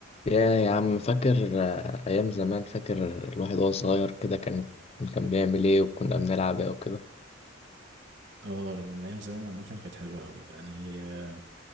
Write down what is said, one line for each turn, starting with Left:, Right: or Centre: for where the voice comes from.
Left: يا يا عم فاكر آه، أيام زمان فاكر الواحد وهو صغير كده كان كان بيعمل إيه وكنا بنلعب إيه وكده
Right: اه من ايام زمان الاماكن كانت حلوه قوي يعني آه،